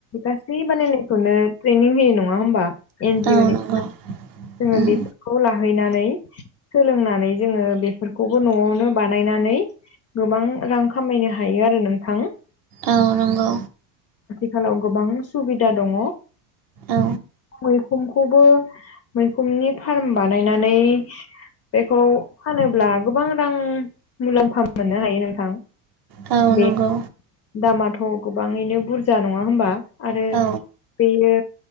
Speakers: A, on the left (about 35°); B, on the right (about 45°).
A: गासै बानायनायखौनो ट्रेनिं होयो नङा नङा होमबा एन
B: औ
A: जिअ नि
B: नंगौ
A: जोङो
B: उम
A: बेफोरखौ लाहैनानै सोलोंना फ्राय जोङो बेफोरखौबो न'आवनो बानायनानै गोबां रां खामायनो हायो आरो नोंथां
B: औ नंगौ।
A: आथिखालाव गोबां सुबिदा दङ
B: औ
A: मैखुमखौबो मैखुननि फार्म बानायनानै बेखौ फानोब्ला गोबां रां मुलाम्फा मोननो हायो नोंथां।
B: औ
A: बे
B: नंगौ
A: दामाथ' गोबाङैनो बुरजा नङा हबा। आरो
B: औ
A: बेयो